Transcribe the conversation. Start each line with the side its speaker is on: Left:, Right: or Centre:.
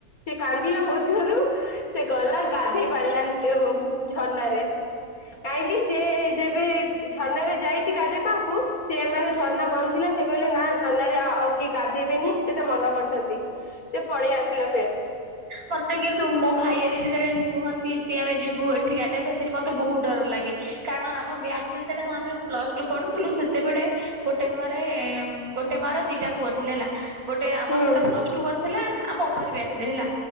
Left: ସେ କାନ୍ଦିଲା ମଧ୍ୟରୁ ସେ ଗଲା ଗାଧୋଇ ପାରିଲାନି ଟୁ ଝରଣାରେ। କାହିଁକି ସିଏ ଯେବେ ଝରଣାରେ ଯାଇଛି ଗାଧେ ପାକୁ ସିଏ ମାନେ ଝରଣା ବନ୍ଦ ଥିଲା ସେ କହିଲେ ନା ଝରଣାରେ ଆଉ କିଏ ଗାଧେଇବେନି ସେଟା ମନା କରୁଛନ୍ତି। ସେ ପଲେଇ ଆସିଲା ଫେର।
Right: ମତେ କିନ୍ତୁ ମୋ ଭାଇରେ ଯେତେବେଳେ କୁହନ୍ତିିନ୍ତି ଆମେ ଯିବୁ ଏଠି ଗାଧବା ପାଇଁ ସେଠି ମୋତେ ବହୁତ ଡର ଲାଗେ। କାରଣ ଆମ ବ୍ୟାଚ ଯେତେବେଳେ ମୁଁ ଆମେ ପ୍ଲସ ଟୁ ପଢୁଥିଲୁ ସେତେବେଳେ ଗୋଟେ ଘରେ ଗୋଟେ ମା ର ଦିଟା ପୁଅ ଥିଲେ ହେଲା। ଗୋଟେ ଆମ
Left: ହୁଁ
Right: ସହିତ ପ୍ଲସ ଟୁ କରିଥିଲା ଆମ ଉପରେ ବ୍ୟାଚରେ ହେଲା।